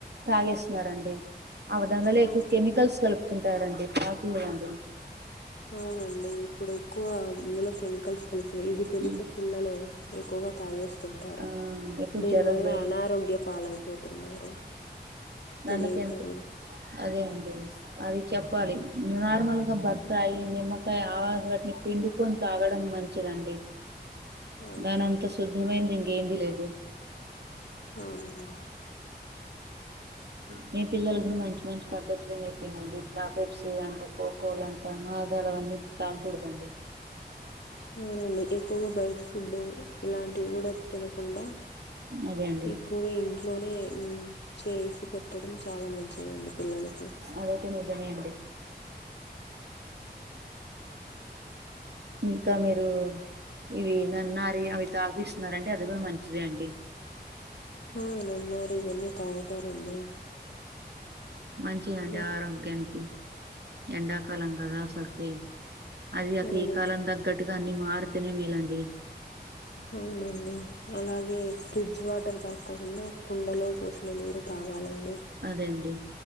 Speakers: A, on the right; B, on the left.
A: తాగేస్తున్నారండి అవదానివల్ల.
B: ఆ
A: తకు కెమికల్స్ కలుపుతుంటారండి తాగకూడదండి.
B: అవునండి ఇప్పుడు ఎక్కువ ఇందులో కెమికల్స్ కలుపుతున్నారు ఇవి తెలియక
A: ఉమ్.
B: పిల్లలు. ఎక్కుగా తాగేస్తు. తుంటారు
A: ఆ ఎక్కువ
B: దీని
A: జలుబు
B: వల్ల అనారోగ్య పాలైపోతున్నారు.
A: నల్కెంత
B: తెలియక వీళ్ళు
A: అదే అండి. అది చెప్పాలి నార్మల్ గా బతాయి నిమ్మకాయ ఆవ బట్టిని పిండుకొని తాగ. తాగడం మంచిదండి.
B: అవునండి
A: దానంత శుద్ధమైంది ఇంకేంది లేదు.
B: అవునండి.
A: మీ పిల్లలకు కూడా మంచి మంచి పద్దతులు నేర్పినాను ఇట్లా పెప్సీ అంటే కోకోలు అంటే మా తారలు అవన్నీ తాగకూడదండి.
B: అవునండి ఎక్కువగా బయటి ఫుడ్. ఇలాంటివి కూడా తినకుండా
A: అదే అండి
B: ఎక్కువగా ఇ. ఇంట్లోనే చేసి పెట్టడం చాలా మంచి దండి పిల్లల్కి
A: అదైతే నిజమే అండి ఇంకా మీరూ ఇవి నన్నారి అవి తాగిపిస్తున్నరంటే అది గుడా మంచిదే అండి
B: ఆ నన్నారి వన్నీ తాగుతారండి.
A: మంచిదండి
B: ఆ,
A: ఆరోగ్యానికి ఎండాకాలం కదా అసలకే అది అక
B: అవునండి
A: ఈ కాలం దగ్గట్టుగా అన్ని మా ర్తెనే మేలాండి.
B: అవునండి అలాగే ఫ్రిడ్జ్ వాటర్ తాక్కోకుండా కుండలో పోసిన నీరు తాగాలండి.
A: అదే అండి